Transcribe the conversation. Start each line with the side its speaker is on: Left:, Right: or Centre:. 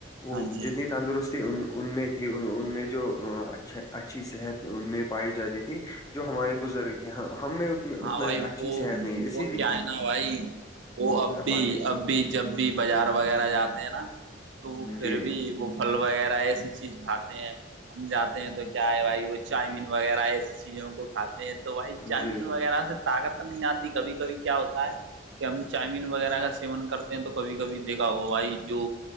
Left: وہ
Right: ہاں جی
Left: جتنی تندرستی ان میں تھی ان میں جو اچھا اچھی صحت ان میں پائی جاتی تھی جو ہمارے بزرگ تھے ہم اتنا
Right: ہاں بھائی
Left: اچھی
Right: وہ
Left: صحت نہیں اس
Right: وہ کیا ہے نا بھائی وہ اب بھی
Left: پاتے
Right: جب بھی جب بھی بازار وغیرہ جاتے ہیں نا تو وہ پھر
Left: جی
Right: بھی وہ پھل وغیرہ ایسی چیز کھاتے ہیں ہم جاتے ہیں تو کیا ہے بھائی وہ چاؤمین وغیرہ سی چیزوں کو کھاتے ہیں تو بھائی چاؤمین
Left: جی
Right: وغیرہ
Left: جی
Right: سے طاقت نہیں آتی کبھی کبھی کیا ہوتا ہے کہ ہم چاؤمین وغیرہ کا سیون کرتے ہیں تو کبھی کبھی دیکھا ہوگا بھائی جو